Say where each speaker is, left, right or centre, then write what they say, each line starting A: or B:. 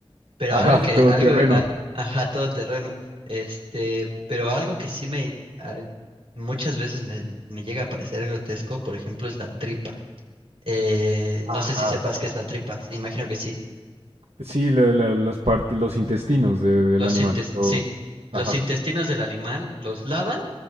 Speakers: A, on the right (about 65°); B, on the right (about 85°).
A: Pero
B: Ajá,
A: algo que,
B: todo
A: algo,
B: terreno.
A: a- ajá, todo terreno. Este, pero algo que sí me, ah, muchas veces me, me llega a parecer grotesco, por ejemplo, es la tripa. Eh,
B: Ajá.
A: no sé si sepas qué es la tripa. Imagino que sí.
B: Sí, la- la- las partes, los intestinos de- del
A: Los
B: animal.
A: intes-
B: o-
A: sí. Los
B: ajá.
A: intestinos del animal los lavan